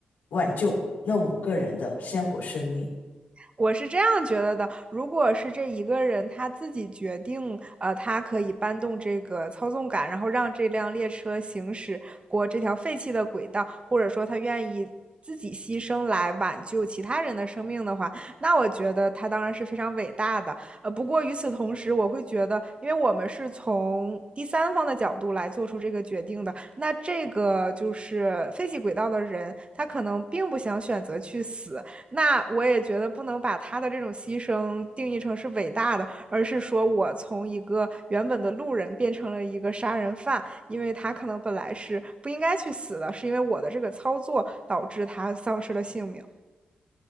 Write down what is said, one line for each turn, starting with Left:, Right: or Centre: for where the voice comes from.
Left: 挽救那五个人的鲜活生命。
Right: 我是这样觉得的，如果是这一个人他自己决定，呃，他可以搬动这个操纵杆，然后让这辆列车行驶过这条废弃的轨道，或者说他愿意自己牺牲来挽救其他人的生命的话，那我觉得他当然是非常伟大的。呃，不过与此同时，我会觉得，因为我们是从第三方的角度来做出这个决定的，那这个就是废弃轨道的人，他可能并不想选择去死，那我也觉得不能把他的这种牺牲定义成是伟大的，而是说我从一个原本的路人变成了一个杀人犯，因为他可能本来是不应该去死的，是因为我的这个操作导致他丧失了性命。